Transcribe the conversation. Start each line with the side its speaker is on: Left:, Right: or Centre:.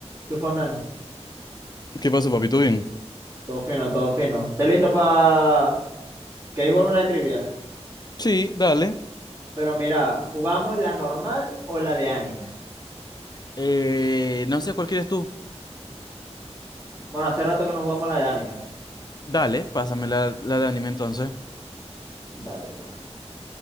Right: ¿Qué fue, man?
Left: ¿Qué pasa, papito? Bien.
Right: Todo fino, todo fino. ¿Estás listo para... ¿Queréis jugar una de trivia?
Left: Sí, dale.
Right: Pero mira, ¿jugamos la normal o la de anime?
Left: Eh, no sé cuál quieres tú.
Right: Bueno, hace rato que no jugamos la de anime.
Left: Dale, pásame la, la de anime entonces.
Right: Dale, pues.